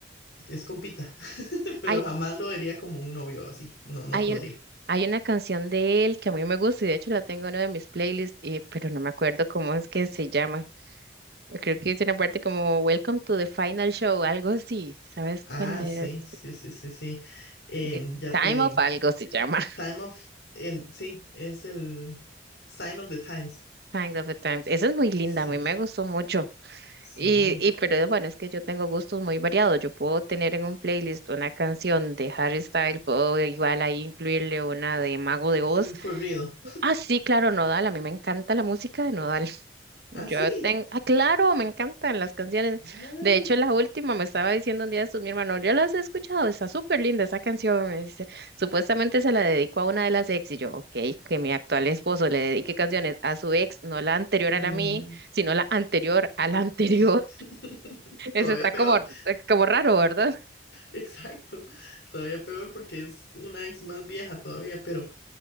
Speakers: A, on the left; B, on the right.
A: es compita, <laughs> pero
B: <laughs> Hay,
A: jamás lo vería como un novio así, no, no
B: hay
A: podría.
B: un, hay una canción de él que a mí me gusta y de hecho la tengo en una de mis playlists, y- pero no me acuerdo cómo es que se llama. Creo que es una parte como Welcome to the Final Show, algo así. ¿Sabes
A: Ah,
B: cuál es?
A: sí, sí, sí, sí, sí, Em,
B: The
A: ya
B: Time
A: te digo,
B: of algo se llama. <laughs>
A: Time of, en- sí, es el Sign of the Times,
B: Sign of the Times. Esa es muy linda,
A: sí,
B: a mí me gustó mucho.
A: sí,
B: Y, y pero bueno, es que yo tengo gustos muy variados. Yo puedo tener en un playlist una canción de Harry Styles, puedo igual ahí incluirle una de Mago de Oz.
A: y un corrido.
B: Ah, sí, claro, Nodal. A mí me encanta la música de Nodal. <laughs> Yo
A: Ah, sí,
B: tengo, ah, claro, me encantan las canciones.
A: ay,
B: De hecho, la última me estaba diciendo un día esto mi hermano, yo las he escuchado, está súper linda esa canción. me dice, supuestamente se la dedicó a una de las ex y yo, ok, que mi actual esposo le dedique canciones a su ex, no la anterior
A: ujú.
B: a la mí, sino la anterior a la anterior.
A: <laughs> Todavía
B: Eso está
A: peor.
B: como, eh, como raro, ¿verdad?
A: Exacto, todavía peor porque es una ex más vieja todavía, pero